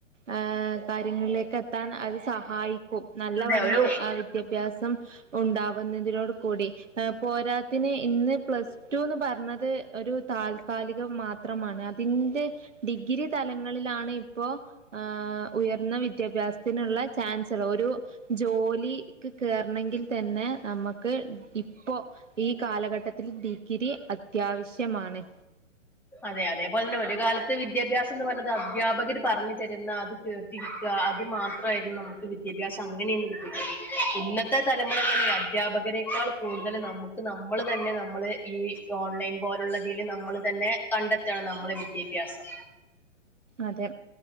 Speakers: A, on the right (about 70°); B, in the centre.
A: ആ കാര്യങ്ങളിലേക്ക് എത്താൻ അത് സഹായിക്കും നല്ലവണ്ണം
B: അതെ ഒരു
A: അ വിദ്യാഭ്യാസം ഉണ്ടാവുന്നതിനോട് കൂടി പോരാത്തിന് ഇന്ന് പ്ലസ് ടു ന്ന് പറഞ്ഞത് ഒരു താൽക്കാലികം മാത് പത്രമാണ് അതിന്റെ ഡിഗ്രി തലങ്ങളിലാണ് ഇപ്പോ ഹ ഉയർന്ന വിദ്യാഭ്യാസത്തിനുള്ള ചാൻസലർ ഒരു ജോലി കേറണങ്കിൽ തന്നെ നമക്ക് ക്ക് ഇപ്പോ ഈ കാലഘട്ടത്തിൽ ഡിഗ്രി അത്യാവശ്യമാണ്.
B: അതെ അതേപോലെന്നെ ഒരു കാലത്ത് വിദ്യാഭ്യാസം ന്ന് പറഞ്ഞത് അധ്യാപകര് പറഞ്ഞു തരുന്ന അത് കേട്ടിരിക്കുക അത് മാത്രമായിരുന്നു നമുക്ക് വിദ്യാഭ്യാസം അങ്ങനെയന്ന്വിദ്യഭ്യാസം കിട്ടയിത്. ഇന്നത്തെ തലമുറ എങ്ങനാണ് അധ്യാപകരെക്കാൾ കൂടുതൽ നമുക്ക് നമ്മള് തന്നെ നമ്മള് ഈ ഓൺലൈൻ പോലുള്ളതിൽ നമ്മൾ തന്നെ കണ്ടെത്തയാണ് നമ്മളെ വിദ്യാഭ്യാസം.
A: അതെ